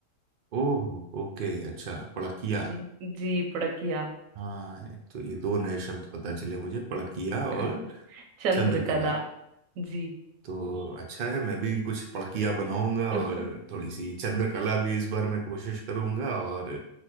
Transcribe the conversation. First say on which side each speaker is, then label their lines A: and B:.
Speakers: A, on the right; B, on the right.
A: ओह ओके अच्छा पड़किया
B: जी जी पड़किया
A: हाँ तो ये दो नए शब्द पता चले मुझे पड़किया
B: <laughs>
A: और
B: चंद्रकला
A: चंद्रकला
B: जी
A: तो अच्छा है मैं भी कुछ पड़कियाँ बनाऊंगा
B: <laughs>
A: और थोड़ी सी चंद्रकला भी इस बार मैं कोशिश करूंगा और